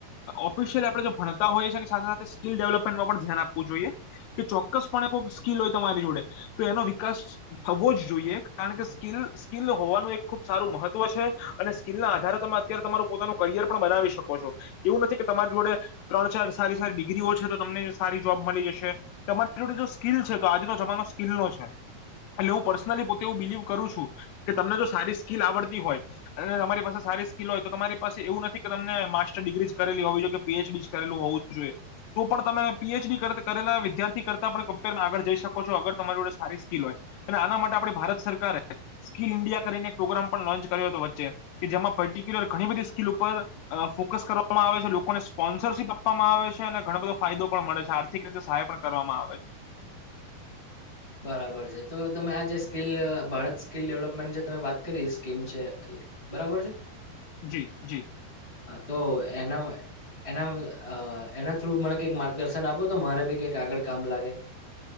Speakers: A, on the left (about 85°); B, on the left (about 15°).
A: ઓફિશયલી આપણે જો ભણતા હોય છે, એની સાથે સાથે સ્કિલ ડેવલપમેન્ટમાં પણ ધ્યાન આપવું જોઈએ. કે ચોક્કસ, પણ સ્કીિલ હોય તમારી જોડે તો એનો વિકાસ થવો જ જોઈએ, કારણ કે સ્કીલ સ્કીિલ હોવાનું એક ખુબ સારું મહત્વ છે. અને સ્કીિલના આધારે તમે અત્યારે તમારું પોતાનું કરિયર પણ બનાવી શકો છો. એવું નથી કે તમારી જોડે ત્રણ-ચાર સારી સારી ડિગ્રીઓ છે તો તમને સારી જોબ મળી જશે. તમારી જોડે જો સ્કીલ છે, તો આજનો જમાનો સ્કિલ નો છે. એટલે હું પર્સનલી પોતે એવું બિલીવ કરું છું કે તમને જો સારી સ્કીિલ આવડતી હોય અને તમારી પાસે સારી સ્કીિલ હોય તો તમારી પાસે એવું નથી કે તમને માસ્ટર ડિગ્રી કરેલી હોવી જોઈએ, પીએચડી કરેલું હોવું જોઈએ, તો પણ તમે પીએચડી કરતા કરેલા વિદ્યાર્થી. કરતા પણ કમ્પેરમાં આગળ જઈ શકો છો, અગર તમારી જોડે સારી સ્કીિલ હોય, અને આના માટે આપણી ભારત સરકારે સ્કીિલ ઇન્ડિયા કરીને એક પ્રોગ્રામ પણ લોન્ચ કર્યો હતો વચ્ચે કે જેમાં પર્ટિક્યુલર ઘણી બધી સ્કીિલ ઉપર ફોકસ કરવામાં આવે છે, લોકોને સ્પોન્સરશીપ આપવામાં આવે છે અને ઘણ બધો ફાયદો પણ મળે છે, આર્થિક રીતે સહાય પણ. કરવામાં આવે છે.
B: બરાબર છે, તો તમે આ જે સ્કીલ ભારત સ્કીિલ ડેવલપમેન્ટ જે તમે વાત કરી સ્કીમ છે બરાબર છે.
A: જી જી.
B: હા તો એના એના એના થ્રુ મને કંઈક માર્ગદર્શન આપો તો મારે ભી કંઈક આગળ કામ લાગે.